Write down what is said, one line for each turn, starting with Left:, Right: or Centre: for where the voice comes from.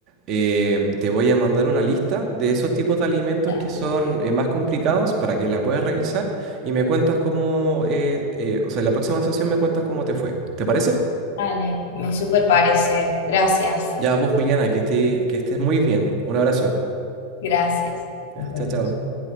Right: eh, te voy a mandar una lista de esos tipos de alimentos
Left: dale,
Right: que son eh, más complicados para que la puedas revisar y me cuentas cómo, eh, eh, o sea, en la próxima sesión me cuentas cómo te fue. ¿Te parece?
Left: dale, me super parece. Gracias,
Right: Ya vos, Juliana, que esté, que estés muy bien. Un abrazo.
Left: gracias.
Right: Ya,
Left: Nos vemos.
Right: Chao, chao.